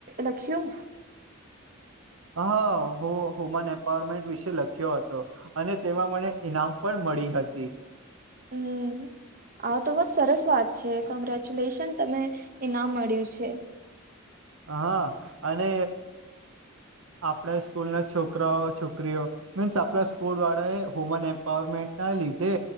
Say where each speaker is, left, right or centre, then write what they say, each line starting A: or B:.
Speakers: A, on the right; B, on the right.
A: લખ્યું?
B: હા વુમન એમ્પાવરમેન્ટ વિશે લખ્યો હતો. અને તેમાં મને ઈનામ પણ મળી હતી.
A: હમ. હા તો બહ સરસ વાત છે કોંગ્રેચ્યુલેશન તને, ઈનામ મળ્યું છે.
B: હા, અને આપણા સ્કૂલ ના છોકરાઓ છોકરીઓ મીન્સ આપલા સ્કોડ વાળો વુમન એમ્પાવરમેન્ટ ના લીધે.